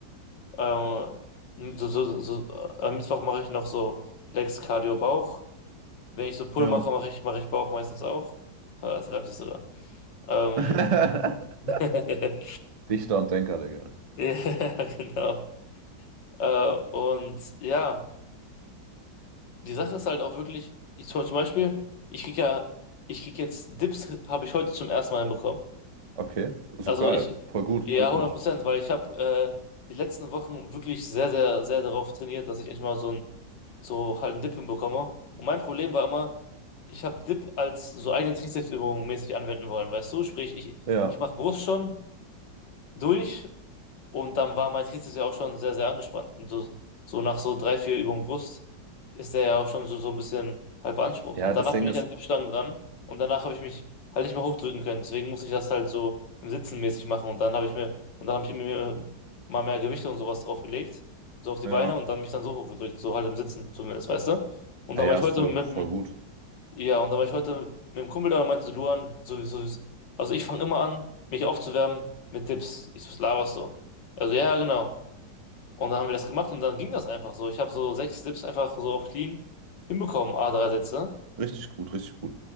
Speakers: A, on the left; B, on the right.
A: Ähm, so, so, so, am Mittwoch mache ich noch so Legs, Cardio, Bauch. Wenn ich so Pull
B: ja.
A: mache, mache ich, mache ich Bauch meistens auch. Ah, Das reimt sich sogar. Ähm,
B: <laughs>
A: <laughs>
B: Dichter und Denker, Digga.
A: ja, genau. Äh, und ja, die Sache ist halt auch wirklich, ich zum zum Beispiel, ich krieg ja, ich krieg jetzt Dips, habe ich heute zum ersten Mal bekommen.
B: Okay, ist
A: Also
B: doch geil.
A: ich,
B: Voll gut,
A: ja,
B: Glückwunsch.
A: hundert Prozent, weil ich habe äh, die letzten Wochen wirklich sehr, sehr, sehr darauf trainiert, dass ich echt mal so ein, so halt einen Dip hinbekomme. Und mein Problem war immer, ich habe Dip als so eigene Trizepsübung mäßig anwenden wollen, weißt du? Sprich, ich,
B: Ja.
A: ich mache Brust schon, durch und dann war mein Trizeps ja auch schon sehr, sehr angespannt. Und so, so nach so drei, vier Übungen Brust ist der ja auch schon so, so ein bisschen halb beansprucht.
B: Ja,
A: Und danach
B: das Ding
A: bin ich
B: ist,
A: an die Stangen dran und danach habe ich mich halt nicht mehr hochdrücken können. Deswegen muss ich das halt so im Sitzen mäßig machen. Und dann habe ich mir, und dann habe ich mir mal mehr Gewichte und sowas draufgelegt, so auf die
B: ja,
A: Beine und dann mich dann so hochgedrückt, so halt im Sitzen zumindest, weißt du? Und
B: ja,
A: dann
B: ja,
A: war ich
B: ist
A: heute
B: voll,
A: mit,
B: voll gut.
A: ja, und da war ich heute mit dem Kumpel da und meinte so, Luan, sowieso, also ich fange immer an, mich aufzuwärmen mit Dips. Ich so, was laberst du? Also ja, genau. Und dann haben wir das gemacht und dann ging das einfach so. Ich habe so sechs Dips einfach so auf clean hinbekommen, a drei Sätze.
B: Richtig gut, richtig gut.